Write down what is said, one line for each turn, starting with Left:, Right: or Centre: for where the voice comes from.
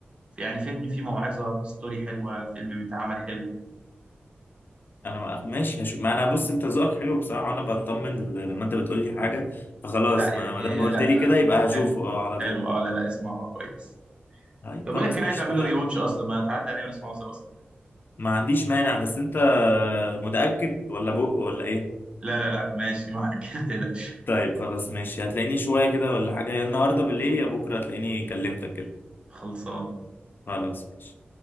Right: يعني فيلم فيه موعظه ستوري حلوه فيلم متعمل حلو
Left: انا ما ماشي هش... ما انا بص انت ذوقك حلو بصراحه وانا بطمن ل- لما انت بتقول لي حاجه فخلاص
Right: لا
Left: ما
Right: يعني
Left: ما دام قلت
Right: لا
Left: لي كده يبقى هشوفه
Right: حلو
Left: اه على
Right: حلو
Left: طول
Right: اه لا لا اسمعه كويس
Left: طيب
Right: طب بقول
Left: خلاص
Right: لك انا
Left: ماشي
Right: عايز اعمل
Left: اتفقنا
Right: له ري واتش اصلا ما تعدي عليه ونسمعه سوا اصلا
Left: ما عنديش مانع بس انت متاكد ولا بق ولا ايه
Right: لا لا لا ماشي معاك <laughs> ما تقلقش
Left: طيب خلاص ماشي هتلاقيني شويه كده ولا حاجه يا النهارده بالليل يا بكره هتلاقيني كلمتك كده
Right: خلصان
Left: خلاص ماشي